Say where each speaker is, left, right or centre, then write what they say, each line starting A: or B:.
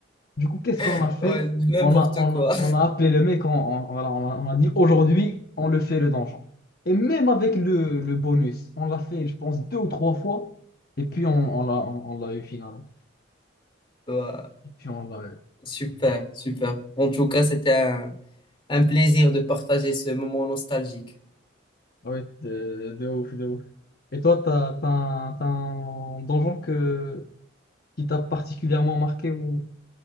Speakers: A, on the left; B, on the left.
A: Du coup, qu'est-ce qu'on
B: <laughs>
A: a fait?
B: Ouais, n'importe
A: On a, on
B: quoi.
A: a, on a appelé le mec, on, on- voilà, on a, on a dit aujourd'hui, on le fait le donjon. Et même avec le, le bonus, on l'a fait, je pense, deux ou trois fois. Et puis, on, on l'a on, on l'a eu finalement.
B: Ouais.
A: Et puis, on l'a eu.
B: Super, super. En tout cas, c'était un, un plaisir de partager ce moment nostalgique.
A: Ah ouais, de, de ouf, de ouf. Et toi, t'as, t'as un, t'as un donjon que, qui t'a particulièrement marqué ou